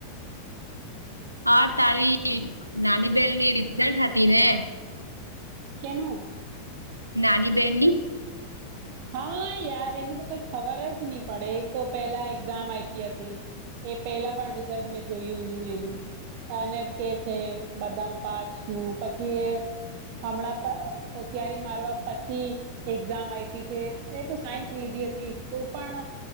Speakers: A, on the right; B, on the right.
A: હા તારી નાની બેહેન ની રિઝલ્ટ હતી ને?
B: કેનુ?
A: નાની બેનની?
B: હા યાર એનું તો કઈ ખબર જ ની પડે એક તો પેલા એક્ઝામ આયપી હતી. એ પેલા પણ રિઝલ્ટ મેં જોયું ની એનું. ને કે છે બધામાં પાસ છું પછી એ હમણાં હોશિયારી મારવા પછી, એક્ઝામ આય પીજે એતો સાયન્સ લીધી હતી, તો પણ